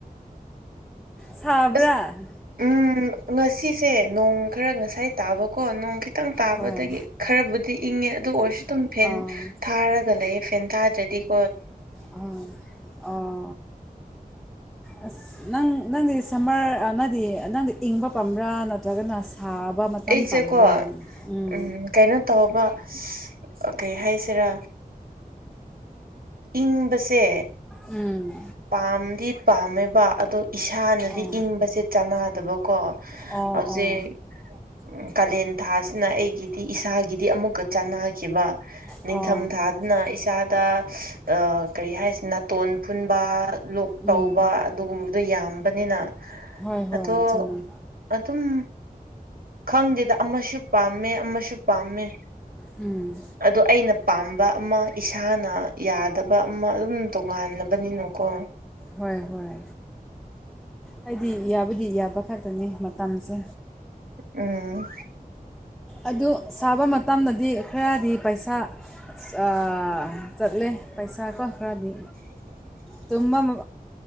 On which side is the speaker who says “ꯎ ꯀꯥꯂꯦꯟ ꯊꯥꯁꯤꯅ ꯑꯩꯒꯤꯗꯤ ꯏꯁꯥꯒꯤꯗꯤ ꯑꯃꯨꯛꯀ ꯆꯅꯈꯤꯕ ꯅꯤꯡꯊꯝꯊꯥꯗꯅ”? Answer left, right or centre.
Right